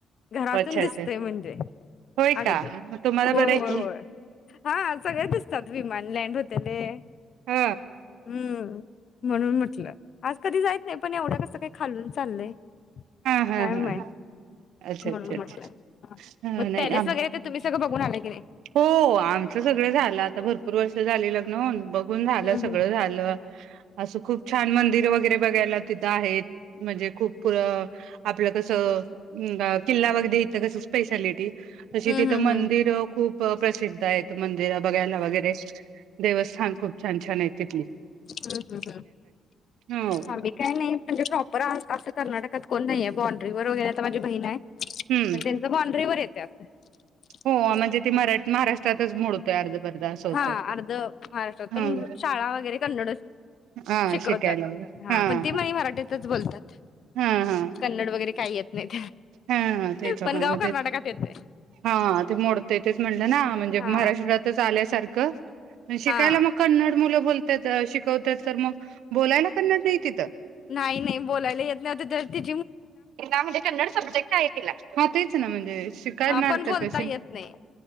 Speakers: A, on the left; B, on the right.
A: घरात
B: अच्छा
A: पण दिसतय
B: अच्छा
A: म्हणजे
B: होय
A: अगदी
B: का मग तुम्हाला
A: होय
B: बरं आहे
A: होय
B: की
A: होय हा सगळे दिसतात विमान लँड होतेले.
B: हा
A: हम्म <inaudible> म्हणून म्हटल आज कधी जाईत नाही पण एवढं कस काय खालून चाललंय काय
B: हा हा हा
A: नाय
B: अच्छा
A: म्हणुन
B: अच्छा अच्छा
A: म्हंटल
B: ह
A: मग
B: नाही
A: पॅलेस
B: आम
A: वगैरे तर तुम्ही सगळ बघ -- रिकामा ऑडिओ
B: हो आमच सगळ झाल आता भरपूर वर्ष झाली लग्न होवून बघ घून झाल
A: हम्म
B: सगळं झालं अस खूप छान मंदिर वगैरे बघायला तिथं आहेत म्हणजे खूप अ आपल्या कस अ किल्ला वगैरे इथ कस स्पेशालिटी --
A: हम्म
B: तशी तिथ
A: हम्म
B: मंदिर खूप <unintelligible> प्रसिद्ध आहेत. मंदिर बघायला वगैरे देवस्थान खूप छान छान हेत कि
A: हं हं हं
B: हो
A: आम्ही काय नाही म्हणजे प्रॉपर अस कर्नाटकात कोण नाहियं. बॉंड्रीवर वगैरे आता माझी बहीण हाय पण
B: हम्म
A: त्यांच बॉनड्रीवर येतय अस.
B: हो म्हणजे ती मराठ महाराष्ट्रातच मोडतोय अर्धपर्ध असं होतंय.
A: हा अर्ध महाराष्ट्रात
B: हम्म
A: पण शाळा वगैरे थोडाच
B: हा
A: शिकवतात.
B: शिकायला वगैरे हा
A: पण तीन
B: हा.
A: महिने मराठीतच बोलतात.
B: हा हा
A: कन्नड वगैरे काय येत नाहीत.
B: हा हा तेच ना
A: पण
B: मग
A: गाव कर्नाटकात
B: ते
A: येतय.
B: हा ते मोडतय तेच म्हणल ना. मराठी
A: हा
B: भाषेत आल्यासारखं क अं शिकायला
A: हा
B: मग कन्नड मुलं बोलतेत शिकवत तर मग बोलायला करणार नाही तिथं
A: नाही नाही बोलायला येत नाही आता त
B: तिला म्हणजे कन्नड समजेल काय तीला? हा तेच ना म्हणजे शिकायणार
A: हा पण
B: तर
A: बोलता
B: कशी
A: येत नाही